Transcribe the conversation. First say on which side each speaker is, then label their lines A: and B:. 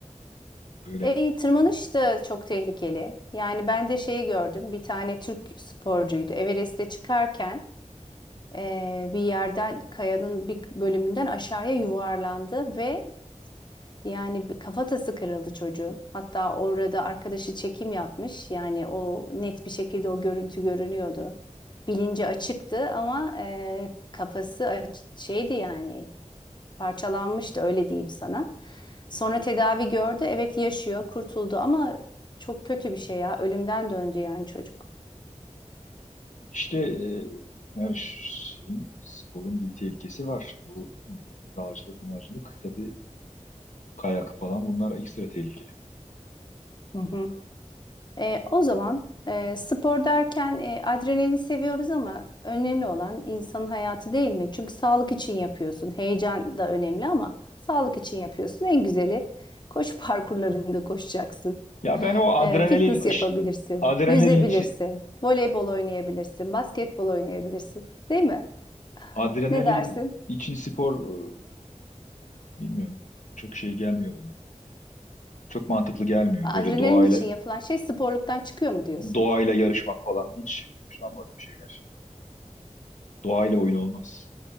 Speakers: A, on the left; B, on the left.
A: Böyle
B: E, tırmanış da çok tehlikeli. Yani ben de şeyi gördüm. Bir tane Türk sporcuydu. Everest'te çıkarken e, bir yerden kayanın bir bölümünden aşağıya yuvarlandı ve yani bir kafatası kırıldı çocuğun. Hatta orada arkadaşı çekim yapmış. Yani o net bir şekilde o görüntü görünüyordu. Bilinci açıktı ama e, kafası aç- şeydi yani Parçalanmıştı öyle diyeyim sana. Sonra tedavi gördü. Evet yaşıyor, kurtuldu ama çok kötü bir şey ya. Ölümden döndü yani çocuk.
A: işte e, her şeyin sporun bir tehlikesi var. Bu dağcılık mağcılık tabii kayak falan bunlar ekstra tehlikeli.
B: Hı hı. E, o zaman e, spor derken e, adrenalin seviyoruz ama önemli olan insanın hayatı değil mi? Çünkü sağlık için yapıyorsun. Heyecan da önemli ama sağlık için yapıyorsun. En güzeli koşu <laughs> parkurlarında koşacaksın.
A: Ya ben o adrenalin
B: E, fitness yapabilirsin,
A: iş- adrenalin
B: yüzebilirsin,
A: için
B: voleybol oynayabilirsin, basketbol oynayabilirsin. Değil mi?
A: adrenalin
B: Ne dersin?
A: için spor e, bilmiyorum. Çok şey gelmiyor bana. Çok mantıklı gelmiyor.
B: Adrenalin
A: Böyle doğayla
B: için yapılan şey sporluktan çıkıyor mu diyorsun?
A: doğayla yarışmak falan hiç hoşlanmadığım şeyler. Doğayla oyun olmaz.